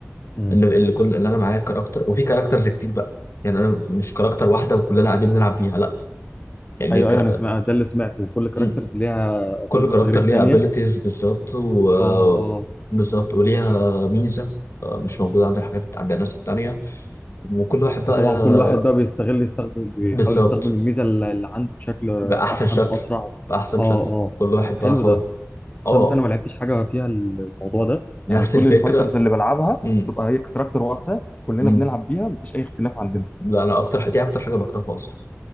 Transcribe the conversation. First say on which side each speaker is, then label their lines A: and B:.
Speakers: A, on the left; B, on the left.
A: امم
B: ان اللي كل ان انا معايا كاركتر وفي كاركترز كتير بقى يعني انا مش كاركتر واحده وكلنا قاعدين بنلعب بيها لا يعني
A: ايوه
B: كر...
A: ايوه انا سمعت ده اللي سمعته وكل كاركترز
B: م-
A: ليها ابيلبلز
B: كل كاركتر
A: غير التانيه
B: ليها ابيليتيز بالظبط و...
A: اه اه
B: بالظبط وليها ميزه آه، مش موجوده عند الحاجات عند الناس التانيه وكل واحد
A: فطبعا
B: بقى آه،
A: كل واحد بقى بيستغل يستخدم بيحاول
B: بالظبط
A: يستخدم الميزه اللي اللي عنده بشكل
B: باحسن
A: احسن
B: شكل
A: واسرع اه
B: باحسن
A: اه
B: شكل كل واحد
A: حلو
B: بقى حر
A: ده
B: اه
A: تصدق انا ما لعبتش حاجه فيها الموضوع ده
B: نفس
A: يعني كل
B: الفكره
A: الفايترز اللي بلعبها
B: م-
A: بتبقى هي كاركتر واحده كلنا
B: م.
A: بنلعب بيها مفيش اي اختلاف عندنا
B: لا انا اكتر دي اكتر حاجه بكرهها اصلا